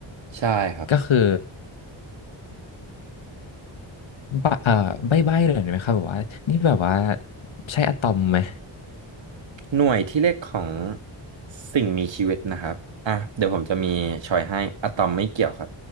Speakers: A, on the right; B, on the left.
A: ใช่ครับ
B: ก็คือใบะเอ่อใบ้ใบ้เลยไหมครับแบบว่านี่แบบว่าใช่อะตอมไหม
A: หน่วยที่เล็กของสิ่งมีชีวิตนะครับอ่ะเดี๋ยวผมจะมีชอยให้อะตอมไม่เกี่ยวครับ